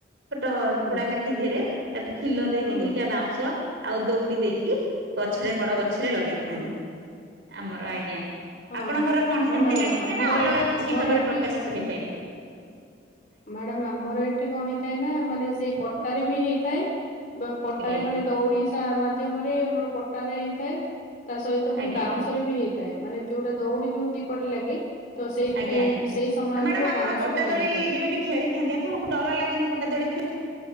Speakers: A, on the right; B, on the left.
A: ଛୋଟ
B: ହୁଁ
A: ଟୁକୁଡା କାଠି ଧିରେ ତାକୁ କ୍ଷିଲ ଦେଇକି
B: ହୁଁ
A: ଦୁଇଟା ବାଉଁଶ ଆଉ ଦଉଡି ଦେଇକି ଗଛରେ ବଡ ଗଛରେ ଲଗେଇଥାନ୍ତି।
B: ହୁଁ
A: ଆମର ଆଜ୍ଞା
B: ହଁ।
A: ଆପଣଙ୍କର କଣ
B: ହଁ
A: ସେମିତି
B: ମ୍ୟାଡାମ
A: ଲାଗିଥାଏ
B: ଆମର
A: ନା ଅଲଗା
B: ଏ-
A: କିଛି
B: ଆମର
A: ଭାବରେ
B: ଏଠି
A: ପ୍ରକାଶ ହୋଇଥାଏ।
B: ମ୍ୟାଡାମ ଆମର ଏଠି କଣ ହେଇଥାଏ ନା ମାନେ ସେଇ ପଟାରେ ବି ହେଇଥାଏ ବା ପଟାରେ
A: ଆଜ୍ଞା
B: ମାନେ ଦଉଡି ମାଧ୍ୟମରେ ଆମର ପଟାରେ ହେଇଥାଏ ତା ସହିତ ପୁଣି
A: ଆଜ୍ଞା
B: ବାଉଁଶ ବି ହେଇଥାଏ ମାନେ ଯୋଉଟା ଦୌଡି ଯୋଉ ଦିପଟେ ଲାଗେ। ତ ସେଇ
A: ଆଜ୍ଞା
B: ଟାଇମ
A: ଆଜ୍ଞା
B: ସେଇ ସମାନ
A: ମ୍ୟାଡାମ
B: ର
A: ଆପଣ
B: ବାଉଁଶ
A: ପଟାଦୋଳି
B: ବି ଲାଗିଥାଏ।
A: ଯେବେବି ଖେଳିଥାନ୍ତି ଆପଣଙ୍କୁ ଡର ଲାଗେନି ପଟାଦୋଳି ଖେ